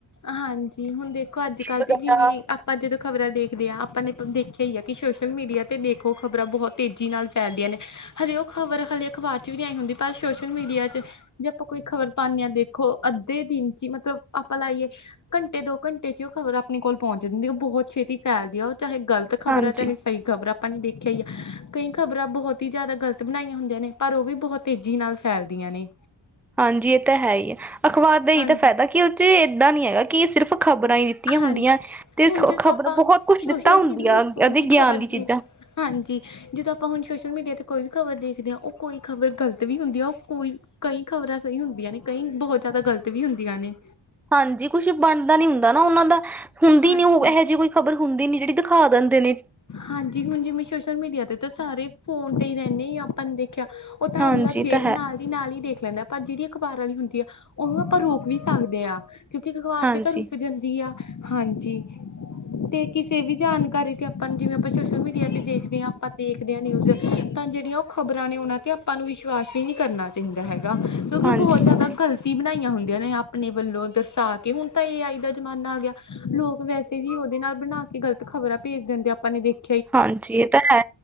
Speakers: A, on the left; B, in the centre.
A: ਹਾਂਜੀ ਹੁਣ ਦੇਖੋ ਅੱਜ ਕੱਲ
B: ਵਗੈਰਾ
A: ਤੇ ਜਿਵੇਂ ਆਪਾ ਪਰ ਜਦੋਂ ਖ਼ਬਰਾਂ ਦੇਖਦੇ ਹਾਂ ਆਪਾਂ ਨੇ ਦੇਖਿਆ ਹੀ ਆ ਕਿ ਸੋਸ਼ਲ ਮੀਡੀਆ ਤੇ ਦੇਖੋ ਖ਼ਬਰਾਂ ਬਹੁਤ ਤੇਜ਼ੀ ਨਾਲ ਫੈਲਦੀਆਂ ਨੇ। ਹਲੇੇ ਉਹ ਖ਼ਬਰ ਹਲੇ ਅਖ਼ਬਾਰ ਚ ਵੀ ਨਹੀਂ ਆਈ ਹੁੰਦੀ ਪਰ ਸੋਸ਼ਲ ਮੀਡੀਆ ਚ ਜੇ ਆਪਾਂ ਕੋਈ ਖ਼ਬਰ ਪਾਉਂਦੇ ਹਾਂ, ਦੇਖੋ ਅੱਧੇ ਦਿਨ ਚ ਹੀ ਮਤਲਬ ਆਪਾਂ ਲਾਈਏ ਘੰਟੇ ਦੋ ਘੰਟੇ ਚ ਉਹ ਖ਼ਬਰ ਆਪਣੇ ਕੋਲ ਪਹੁੰਚ ਦਿੰਦੀ। ਉਹ ਬਹੁਤ ਛੇਤੀ ਫੈ਼ਲਦੀ ਆ ਉਹ ਚਾਹੇ ਗਲਤ ਤੇ ਖਬਰਾਂ
B: ਹਾਂਜੀ
A: ਚ ਕਈ ਖ਼ਬਰ ਆਪਾਂ ਨੇ ਦੇਖਿਆ ਹੀ ਆ, ਕਈ ਖ਼ਬਰਾਂ ਬਹੁਤ ਹੀ ਜ਼ਿਆਦਾ ਗਲਤ ਬਣਾਈਆਂ ਹੁੰਦੀਆਂ ਨੇ ਪਰ ਉਹ ਵੀ ਬਹੁਤ ਤੇਜ਼ੀ ਨਾਲ ਫੈਲਦੀਆਂ ਨੇ।
B: ਹਾਂਜੀ ਇਹ ਤਾਂ ਹੈ ਹੀ ਹੈ। ਅਖ਼ਬਾਰ ਦਾ ਹੀ
A: ਹਾਂਜੀ
B: ਤਾਂ ਫਾਇਦਾ ਕੀ ਉਹ ਚ ਏਦਾਂ ਨਹੀਂ ਹੈਗਾ ਕਿ ਸਿਰਫ਼ ਖ਼ਬਰਾਂ ਹੀ ਦਿੱਤੀਆਂ ਹੁੰਦੀਆਂ।
A: ਹਾਂਜੀ
B: ਤੇ
A: ਹੁਣ
B: ਖ਼ਬਰ
A: ਜਦੋਂ ਆਪਾਂ
B: ਬਹੁਤ ਕੁਛ
A: ਸੋਸ਼ਲ
B: ਦਿੱਤਾ ਹੁੰਦੀਆਂ
A: ਮੀਡੀਆ ਤੇ ਕੋਈ
B: ਏ
A: ਵੀ
B: ਗਿਆਨ
A: ਖ਼ਬਰ
B: ਦੀ
A: ਦੇ
B: ਚੀਜ਼ਾਂ।
A: ਹਾਂਜੀ। ਜਦੋਂ ਆਪਾਂ ਹੁਣ ਸੋਸ਼ਲ ਮੀਡੀਆ 'ਤੇ ਕੋਈ ਵੀ ਖ਼ਬਰ ਦੇਖਦੇ ਹਾਂ। ਉਹ ਕੋਈ ਖ਼ਬਰ ਗਲਤ ਵੀ ਹੁੰਦੀ ਆ ਉਹ ਕੋਈ ਕਈ ਖ਼ਬਰਾਂ ਸਹੀ ਹੁੰਦੀਆਂ ਨੇ, ਕਈ ਬਹੁਤ ਜ਼ਿਆਦਾ ਗ਼ਲਤ ਵੀ ਹੁੰਦੀਆਂ ਨੇ।
B: ਹਾਂਜੀ ਕੁਛ ਬਣਦਾ ਨੀ ਹੁੰਦਾ ਨਾ ਉਹਨਾਂ ਦਾ ਹੁੰਦੀ
A: ਹਾਂਜੀ
B: ਨੀ ਉਹ ਇਹੋ ਜਿਹੀ ਕੋਈ। ਖ਼ਬਰ ਹੁੰਦੀ ਨੀ ਜਿਹੜੀ ਦਿਖਾ ਦਿੰਦੇ ਨੇ।
A: ਹਾਂਜੀ ਹੁਣ ਜਿਵੇਂ ਸੋਸ਼ਲ ਮੀਡੀਆ ਤੇ ਤਾਂ ਸਾਰੇ ਫੋਨ ਤੇ ਹੀ ਰਹਿੰਦੇ ਆ ਆਪਾਂ ਦੇ। ਮੈਂਖਿਆ ਉਹ ਤਾਂ
B: ਹਾਂਜੀ
A: ਅਗਲਾ
B: ਇਹ
A: ਦੇ
B: ਤਾਂ ਹੈ
A: ਨਾਲ। ਨਾਲ ਹੀ ਦੇਖ ਲੈਂਦਾ ਪਰ ਜਿਹੜੀ ਅਖ਼ਬਾਰ ਵਾਲੀ ਹੁੰਦੀ ਆ ਉਹਨੂੰ ਆਪਾਂ ਰੋਕ ਵੀ ਸਕਦੇ ਹਾਂ। ਕਿਉਂਕਿ ਅਖ਼ਬਾਰ
B: ਹਾਂਜੀ
A: ਤੇ ਤਾਂ ਰੁਕ ਜਾਂਦੀ ਆ ਹਾਂਜੀ ਤੇ ਕਿਸੇ ਵੀ ਜਾਣਕਾਰੀ ਤੇ। ਪਰ ਜਿਵੇਂ ਆਪਾਂ ਸੋਸ਼ਲ ਮੀਡੀਆ ਤੇ ਦੇਖਦੇ ਹਾਂ ਆਪਾਂ ਦੇਖਦੇ ਹਾਂ ਨਿਊਜ਼ ਤਾਂ ਜਿਹੜੀਆਂ ਉਹ ਖ਼ਬਰਾਂ ਨੇ ਉਹਨਾਂ ਤੇ ਆਪਾ। ਆਪਾਂ ਨੂੰ ਵਿਸ਼ਵਾਸ ਵੀ ਨਹੀਂ ਕਰਨਾ ਚਾਹੀਦਾ ਹੈਗਾ ਕਿਉਂਕਿ
B: ਹਾਂਜੀ
A: ਉਹ ਬਹੁਤ ਜ਼ਿਆਦਾ
B: ਹਾਂਜੀ
A: ਗਲਤ। ਬਣਾਈਆਂ ਹੁੰਦੀਆਂ ਨੇ ਆਪਣੇ ਵੱਲੋਂ ਦਰਸਾ ਕੇ ਹੁਣ ਤਾਂ ਏ ਆਈ ਦਾ ਜ਼ਮਾਨਾ ਆ ਗਿਆ ਲੋਕ ਵੈਸੇ। ਤੇ ਵੀ ਉਹਦੇ ਨਾਲ ਬਣਾ ਕੇ ਗਲਤ ਖ਼ਬਰਾਂ ਭੇਜ ਦਿੰਦੇ ਆਪਾਂ ਨੇ ਦੇਖੀਆ।
B: ਹਾਂਜੀ ਇਹ ਤਾਂ ਹੈ